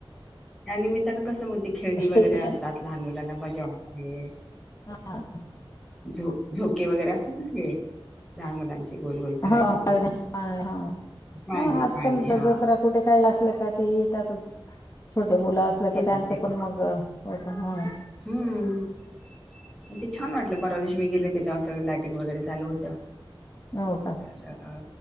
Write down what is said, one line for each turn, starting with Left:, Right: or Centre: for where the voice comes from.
Centre: त्या निमित्तानं कसं मग ते खेळणी
Left: स्टेशन
Centre: वगैरे असतात. लहान मुलांना मजा वाटते.
Left: हा
Centre: झो- झोके वगैरे असतात ना ते. लहान मुलांचे गोल- गोल फिरायचं
Left: हो पाळणे
Centre: ते
Left: पाळणे हा
Centre: पाळणे-
Left: ह आजकाल
Centre: पाळणे हा
Left: जत्रा कुठे काही असलं का ते येतातच छोटे मुलं असलं
Centre: येतात
Left: का त्यांचं
Centre: ते
Left: पण
Centre: लोक
Left: मग. <unintelligible>
Centre: हम्म म ते छान वाटलं परवा दिवशी मी गेले होते तेव्हा सगळ लाईटिंग वगैरे चालू होतं.
Left: हो का
Centre: तर